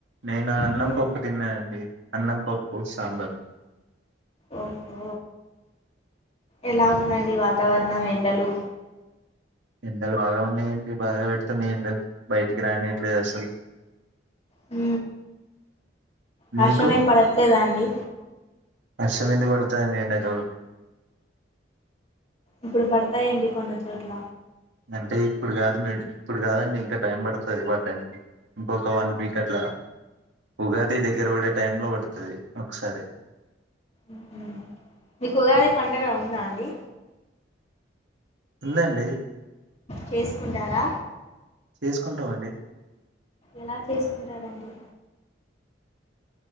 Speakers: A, on the right; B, on the left.
A: నేనా అన్నం
B: మ్మ్
A: పప్పు తిన్నాయండి అన్నం పప్పు సాంబర్
B: ఓహో ఎలా ఉందండి వాతావరణం ఎండలు
A: ఎండలు బాగా ఉన్నాయండి బాగా పెడుతున్నాయి ఎండలు బయటికి రానియ్యట్లేదు అసలు
B: ఊ
A: మీకు
B: వర్షం ఏం పడట్లేదా అండి
A: వర్షం ఎందుకు పడుతాదండి ఎండాకాలం
B: ఇప్పుడు పడతాయండి కొన్ని చోట్ల
A: అంటే ఇప్పుడు కాదు మే ఇప్పుడు కాదండి ఇంకా టైం పడుతది పడ్డానికి ఇంకొక వన్ వీక్ అ ట్లా ఉగాది దగ్గర పడే టైం లో పడుతాది ఒకసారి
B: ఊహూ మీకు ఉగాది పండగ ఉందా అండి
A: ఉందండి
B: చేసుకుంటారా
A: చేసుకుంటామండి
B: ఎలా చేసుకుంటారండి